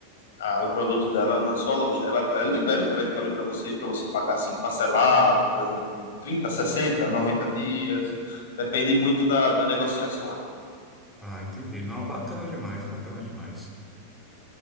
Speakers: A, on the left (about 60°); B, in the centre.
A: a- o produto dela na sua loja. Ela, ela libera um crédito ali para você, para você pagar assim parcelado, por exemplo, em 30 60 90 dias. Depende muito da, da negociação ali.
B: Ah, entendi. Não, bacana demais, bacana demais.